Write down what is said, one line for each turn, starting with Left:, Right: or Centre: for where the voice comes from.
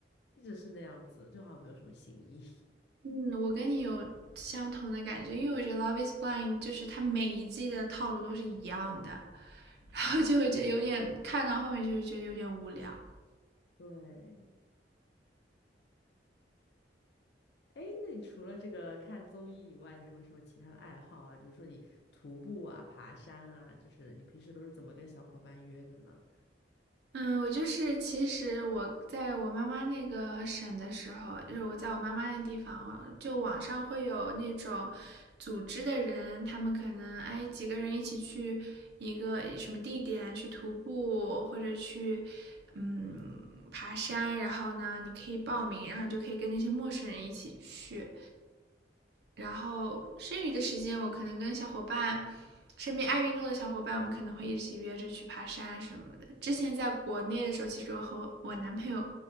Left: 一直是那样子，就好像没有什么新意。
Right: 嗯，我跟你有相同的感觉，因为我觉得《Love Is Blind》就是它每一季的套路都是一样的，然后就会觉得有点看到后面就是觉得有点无聊。
Left: <laughs> 对，哎，那你除了这个看综艺以外，你还有没有什么其他的爱好啊？就是说你徒步啊、爬山啊，就是你平时都是怎么跟小伙伴约的呢？
Right: 嗯，我就是，其实我在我妈妈那个省的时候，就是我在我妈妈那地方，就网上会有那种组织的人，他们可能哎几个人一起去一个什么地点去徒步或者去嗯爬山，然后呢你可以报名，然后你就可以跟那些陌生人一起去，然后剩余的时间，我可能跟小伙伴，身边爱运动的小伙伴，我们可能会一起约着去爬山什么的。之前在国内的时候，其实我和我男朋友